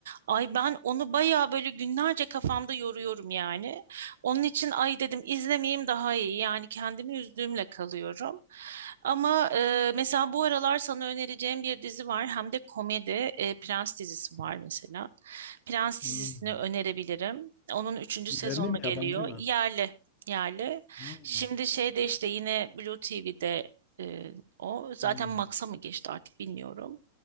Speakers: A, on the right; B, on the left.
A: Ay ben onu bayağı böyle günlerce kafamda yoruyorum yani. Onun için ay dedim izlemeyeyim daha iyi. Yani kendimi üzdüğümle kalıyorum. Ama e, mesela bu aralar sana önereceğim bir dizi var. Hem de komedi e, Prens dizisi var mesela. Prens
B: Hmm.
A: dizisini önerebilirim. Onun üçüncü
B: Yerli
A: sezonu
B: mi
A: geliyor.
B: yabancı mı?
A: Yerli. Yerli.
B: Hmm.
A: Şimdi şeyde işte yine Blue TV'de e, o zaten
B: Hmm.
A: Max'a mı geçti artık bilmiyorum.